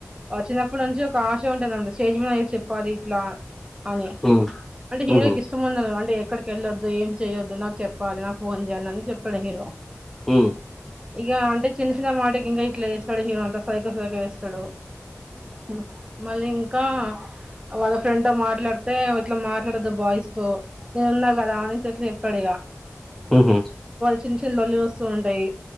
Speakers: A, on the right; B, in the centre.
A: ఆ చిన్నప్పటి నుంచి ఒక ఆశ ఉంటాది అంట స్టేజ్ మీదఅయితే చెప్పాలి ఇట్లా అని
B: మ్మ్
A: అంటే హీరోకి
B: మ్మ్
A: ఇష్టం ఉండదండి అక్కడికిెళ్ళొద్దు ఏం చేయొద్దు నాకు చెప్పాలి నాకు ఫోన్ చేయాలి అని చెప్పాడు హీరో
B: హు
A: ఇగ అంటే చిన్న చిన్న మాట గింగా ఇట్లా చేస్తాడు హీరో అంత సైకొ సైకొ చెస్తాడు ఉ మల్లింకా వాళ్ళ ఫ్రెడ్ తో మాట్లాడు తే ఇట్లా మాట్లాడద్దు బాయ్స్ తో నేను ఉన్నా కదా అనేసి అట్లే తడిగా
B: మ్ హు
A: చిన్న చిన్న లోళ్ళులు వస్తు ఉంటాయి